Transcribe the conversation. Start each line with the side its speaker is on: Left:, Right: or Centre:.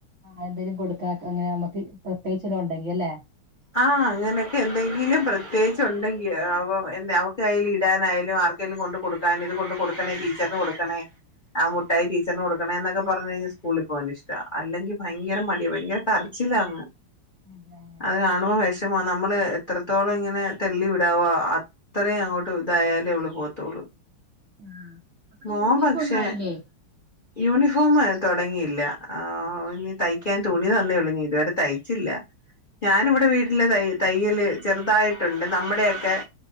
Right: ആഹ് എന്തേങ്കിലും കൊടുക്കാ അങ്ങനെ നമ്മക്ക് പ്രത്യേകിച്ച് ഓരോണ്ട് തുടങ്ങിയല്ലേ <unintelligible>
Left: ആഹ് അങ്ങനെയൊക്കെ എന്തെങ്കിലും പ്രത്യേകിച്ച് ഉണ്ടെങ്കി
Right: അപ്പൊ
Left: അവ ന്നേ അവ കയ്യിൽ ഇടാനായാലും ആർക്കെലും കൊണ്ട് കൊടുക്കാൻ ഇത് കൊണ്ട് കൊടുക്കണേ ടീച്ചറിന് കൊടുക്കണേ ആ മുട്ടായി ടീച്ചറിന് കൊടുണേന്നൊക്കെ പറഞ്ഞു കഴിഞ്ഞാൽ സ്കൂളിൽ പോകൻ ഇഷ്ട അല്ലെങ്കി ഭയങ്കര മടിയ ഭയര കര ച്ചിലാങ്ങ്
Right: അതാ
Left: അത് കാണുമ്പോൾ വിഷമ നമ്മള് എത്രത്തോളം ഇങ്ങനെ തെള്ളിവിടാമോ അത്രയും അങ്ങോട്ടു ഇതായാലും ലെയുള്ളു പോത്തോളു
Right: ആഹ് അപ്പൊ
Left: മോൻ
Right: യൂണിഫോം
Left: പക്ഷേ
Right: ഒന്നും ആയില്ലേ
Left: യൂണിഫോമ് തുടങ്ങിയില്ല ആ ഇനി തയ്ക്കാൻ തു ണി തന്നെ ഉള്ളു ഞാ ഇത് വരെ തയ്ച്ചില്ല ഞാൻ ഇവിടെ വീട്ടില് തയ് തയ് യ്യല് ചെറുതായിട്ടുണ്ട് നമ്മുടെയൊക്കെ